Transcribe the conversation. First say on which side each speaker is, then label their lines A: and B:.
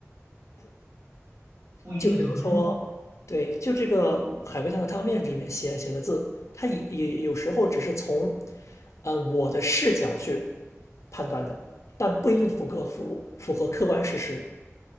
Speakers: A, on the right; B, on the left.
A: 不一定是真的。
B: 就比如说，对，就这个海龟汤的汤面里面写写的字，它也也有时候只是从嗯我的视角去判断的，但不一定符合符符合客观事实。